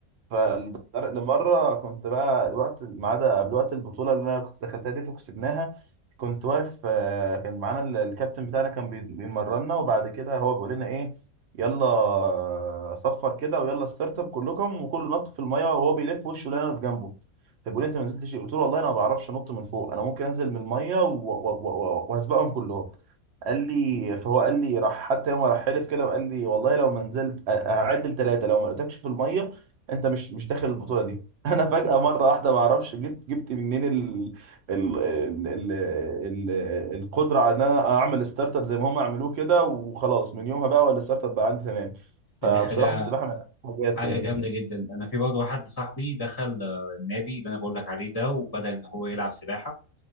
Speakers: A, on the right (about 60°); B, on the left (about 20°).
A: فلمرة كنت بقى الوقت ما عدا قبل وقت البطولة اللي أنا كنت دخلتها دي وكسبناها كنت واقف آه، كان معانا ال- الكابتن بتاعنا كان بي- بيمرنا وبعد كده هو بيقول لنا إيه يلا آه، صفر كده ويلا ستارت اب كلكم وكله نط في المية وهو بيلف وشه لنا في جنبه فبيقول لي انت ما نزلتش ليه؟ قلت له والله انا ما بعرفش انط من فوق انا ممكن انزل من الميه و- و- و- و- وهسبقهم كلهم قال لي فهو قال لي راح حتى يوم راح حلف كده وقال لي والله لو ما نزلت أ- هعد لثلاثه لو ما لقيتكش في الميه انت مش مش داخل البطوله دي <laughs> انا فجاه مره واحده ما اعرفش جبت جبت منين ال ال ال ال ال القدره على ان انا اعمل ستارت اب زي ما هم عملوه كده وخلاص من يومها بقى ولا الستارت اب بقى عندي تمام فبصراحه
B: دي حاجه
A: السباحه من أحسن الحاجات
B: حاجه
A: يعني
B: جامده جدا انا في برضه واحد صاحبي دخل آه، النادي اللي انا بقول لك عليه ده وبدا ان هو يلعب سباحه